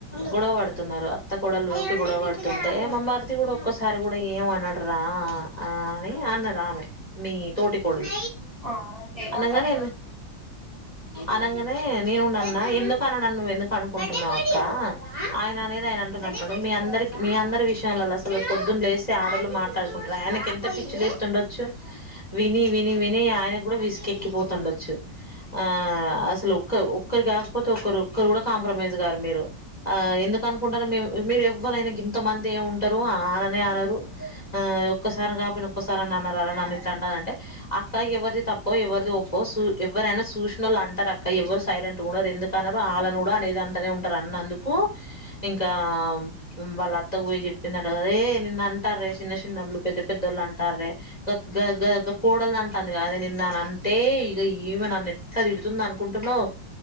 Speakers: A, on the left; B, on the right.
A: గొడవ పడుతున్నారు అత్త కోడళ్ళు ఊకె గొడవ పడుతున్నరు అంటే మా మరిది కూడా ఒక్కసారి కూడా ఏమ అనడరా అని అన్నది ఆమె మీ ఇ తోటి కోడలు
B: ఆ అంటే ఏమంటాంది
A: ఆనంగానే
B: మరి
A: అనంగనే నేనున్నా అన్న ఎందుకు అన నన్న నువ్వు ఎందుకు అనుకుంటున్నావు అక్క ఆయన అనేది ఆయన అంట మీ అందరి మీ అందరి విషయంలోలో అసలు పొద్దున్న లే ఆడోర్లు మాట్లాడుకుంటారు ఆయనకు ఎంత పిచ్చి లేస్తూ ఉండొచ్చు విని విని విని ఆయన కూడా విసుకెక్కిపోతుండొచ్చు ఆ అసలు ఒక్క ఒక్కరు కాకపోతే ఒరు ఒక్కరు కూడా కాంప్రమైజ్ గారు మీరు ఆ ఎందుకు అనుకుంటార మేము మీరు ఎవ్వరైనా గింతమందే ఉంటారు అననే అనరు ఆ ఒక్కసారి కాపోయిన ఒక్కసారి అన్నారారా నన్ను ఇట్లా అంటంటే అక్క ఎవరిది తప్పో ఎవరిది ఒప్పో ఎవరైనా సూసినోళ్లు అంటారా అక్క ఎవరు సైలెంట్ గా ఉండరు ఎందుకనరు ఆళ్ను కూడా అనేది అంటనే ఉంటారు అన్నందుకు ఇంకా ఆ వాళ్ళ అత్తకు పోయి చెప్పిందట కద నిన్ను అంటారే చిన్న చిన్నళ్ళు పెద్ద పెద్దోళ్ళు అంటారే గా గా కోడల్ది అంటంది కదే నిన్నున్న అంటే ఇక ఈమె నన్ను ఎట్ల తిడుతాంది అంటే అనుకుంటున్నావు